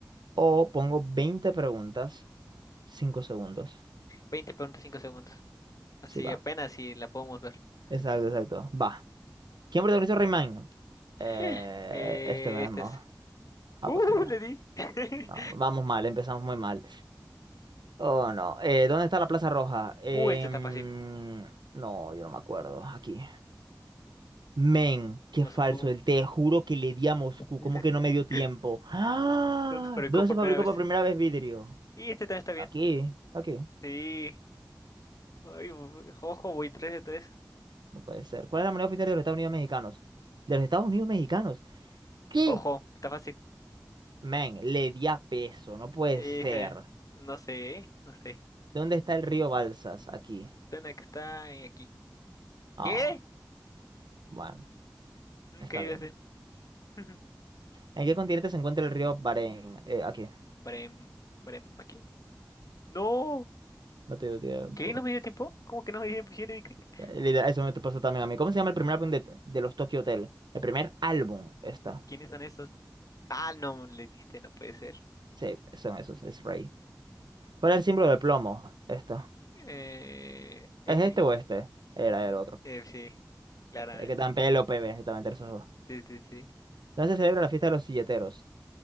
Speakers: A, on the right; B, on the left.
A: o pongo 20 preguntas, 5 segundos.
B: veinte preguntas, 5 segundos. Así
A: Sí, va.
B: apenas si la podemos ver. <gasps>
A: Exacto, exacto. Va. ¿Quién protagonizó Rayman?
B: <laughs>
A: Eh,
B: Eh,
A: este mismo.
B: este es.
A: Ah,
B: ¡Uh!
A: pues mira.
B: Le di. <laughs>
A: No, vamos mal, empezamos muy mal. Oh, no. Eh, ¿dónde está la Plaza Roja? Em,
B: Uh, este está fácil.
A: no, yo no me acuerdo. Aquí. Men, qué
B: Moscú.
A: falso. el- Te juro que le di a Moscú.
B: <laughs>
A: ¿Cómo que no me dio tiempo? ¡Ah!
B: ¿Dónde se fabricó
A: ¿Dónde
B: por
A: se fabricó
B: primera vez?
A: por primera vez vidrio?
B: Y este también está bien.
A: Aquí, aquí.
B: Sí. Ay, voy- ojo, voy 3 de 3.
A: No puede ser. ¿Cuál es la moneda oficial de los Estados Unidos mexicanos? De los Estados Unidos mexicanos. ¿Qué?
B: Ojo, está fácil.
A: Men, le di a peso, no puede
B: Eh,
A: ser.
B: no sé, no sé.
A: ¿Dónde está el río Balsas? Aquí.
B: Suena que está en aquí.
A: Ah,
B: ¿Qué?
A: bueno,
B: Nunca
A: está
B: he ido
A: bien.
B: a ese. <laughs>
A: ¿En qué continente se encuentra el río Barén? Eh, aquí.
B: Brem, Brem, aquí. No.
A: No te dio tiempo.
B: ¿Qué? ¿No me dio tiempo? ¿Cómo que no me dio tiempo? Yo le di clic.
A: Eh, literal, Eso me te pasó también a mí. ¿Cómo se llama el primer álbum de, de los Tokyo Hotel? El primer álbum, esta.
B: ¿Quiénes son esos? Ah, no, le diste, no puede ser.
A: Sí, son esos, es Ray. ¿Cuál es el símbolo de plomo? Esta.
B: Eh, este.
A: ¿Es este o este? Era el otro.
B: Eh, sí, claramente.
A: Es que tan pelo, PB, estaban entre esos dos.
B: Sí, sí, sí.
A: ¿Dónde se celebra la fiesta de los silleteros?